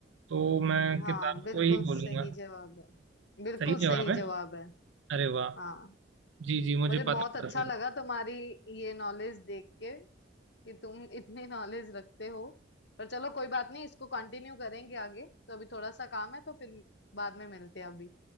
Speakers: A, on the right; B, on the left.
A: तो मैं किताब
B: हाँ बिल्कुल
A: को ही बोलूंगा
B: सही जवाब है बिल्कुल
A: सही
B: सही
A: जवाब है
B: जवाब है
A: अरे वाह
B: हाँ
A: जी जी मुझे
B: मुझे
A: पता
B: बहुत अच्छा
A: था
B: लगा तुम्हारी ये नॉलेज देख के कि तुम इतनी नॉलेज रखते हो पर चलो कोई बात नहीं इसको कंटिन्यू करेंगे आगे तो अभी थोड़ा सा काम है तो फिर बाद में मिलते हैं अभी